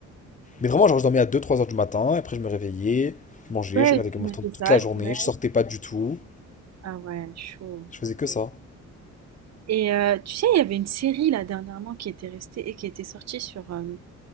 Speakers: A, on the left (about 25°); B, on the right (about 60°).
A: Mais vraiment, genre, je dormais à deux, trois heures du matin, après, je me réveillais, je mangeais,
B: Ouais,
A: je regardais
B: tu
A: Game
B: m'as
A: of Thrones
B: fait
A: toute
B: ça,
A: la journée,
B: ouais.
A: je sortais pas du tout,
B: Ah ouais, chaud.
A: je faisais que ça.
B: Et euh, tu sais, il y avait une série là dernièrement qui était restée et qui était sortie sur, euh,